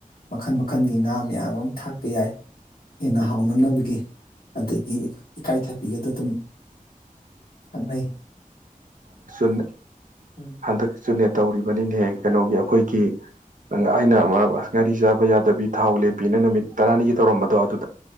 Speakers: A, on the left; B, on the right.
A: ꯃꯈꯜ ꯃꯈꯜꯒꯤ ꯉꯥ ꯃꯌꯥꯝ ꯑꯃ ꯊꯥꯛꯄ ꯌꯥꯏ ꯍꯦꯟꯅ ꯍꯥꯎꯅꯅꯕꯒꯤ ꯑꯗꯒꯤ ꯏꯀꯥꯏꯊꯕꯤꯒꯗ ꯑꯗꯨꯝ ꯊꯛꯅꯩ
B: ꯟ
A: ꯎꯝ
B: ꯍꯟꯗꯛ ꯆꯨꯅꯦ ꯇꯧꯔꯤꯕꯅꯤꯅꯦꯍ ꯀꯩꯅꯣꯒꯤ ꯑꯩꯈꯣꯏꯒꯤ ꯑꯩꯅ ꯒꯥꯔꯤ ꯆꯥꯕ ꯌꯥꯗꯕꯤ ꯊꯥꯎ ꯂꯦꯞꯄꯤꯅ ꯅꯨꯃꯤꯠ ꯇꯔꯥꯅꯤꯒꯤ ꯇꯧꯔꯝꯕꯗꯣ ꯑꯗꯨ